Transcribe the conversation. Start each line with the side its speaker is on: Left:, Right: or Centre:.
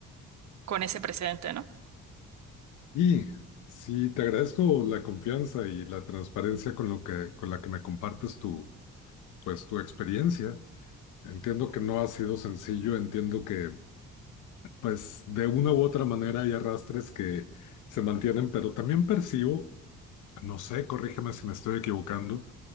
Right: con ese precedente, ¿no?
Left: Y sí, te agradezco la confianza y la transparencia con lo que, con la que me compartes tu, pues, tu experiencia. Entiendo que no ha sido sencillo, entiendo que, pues, de una u otra manera hay arrastres que se mantienen, pero también percibo, no sé, corrígeme si me estoy equivocando,